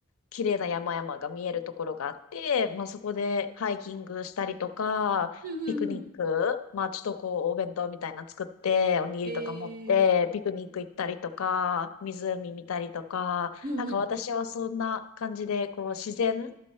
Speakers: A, on the left; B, on the right.
A: 綺麗な山々が見えるところがあって、まあ、そこでハイキングしたりとか、
B: うんうんうん。
A: ピクニック、まあ、ちょっとこう、お弁当みたいなの作って、おにぎりとか持って、
B: えー、
A: ピクニック行ったりとか、湖見たりとか、
B: うんうん。
A: なんか私はそんな感じで、こう、自然